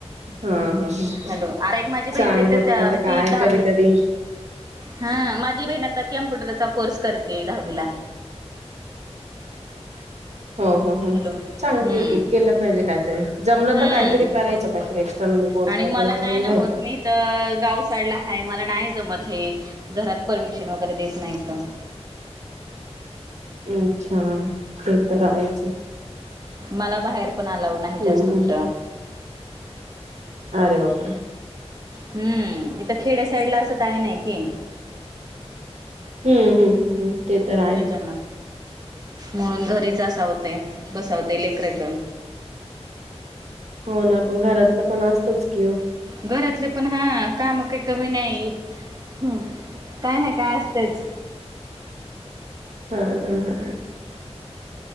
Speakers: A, on the right; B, on the right.
A: हा हा ह
B: हॅलो, अरे एक माझी
A: चांगलं
B: बहीण देते
A: होत
B: त्या
A: पण आता काय
B: ती दहावी
A: कधी कधी
B: हा, माझी बहीण आता कम्प्युटरचा कोर्स करते दहावीला.
A: हो हो हो
B: हॅलो हम्म
A: चांगली आहे की, केलं पाहिजे काहीतरी, जमलं
B: हम्म
A: तर काहीतरी करायचं काहीतरी एक्स्टर्नल कोर्स
B: आणि
A: वगैरे
B: मला
A: करून
B: नाही ना
A: घ्यायचा.
B: होत मी तर गाव साईडला आहे मला नाही जमत हे,, घरात परमिशन वगैरे देत नाहीतं.
A: अच्छा, ते तर आहे.
B: मला बाहेर पण अलाव नाही
A: हम्म
B: जास्त कुठं
A: हम् अरे बापरे
B: हम्म,, इथं खेडे साईड ला असं काय नाही कि
A: हम्म हम्म. म ते तर आहे
B: त्याच्यानं,, म्हणून घरीच असावते, बसावते लेकरं घेऊन.
A: हो ना पण घरातलं पण असतंच की ओ.
B: घरातले पण हा काम काही कमी नाही हम्म, काय ना काय असतेच.
A: हा हा हा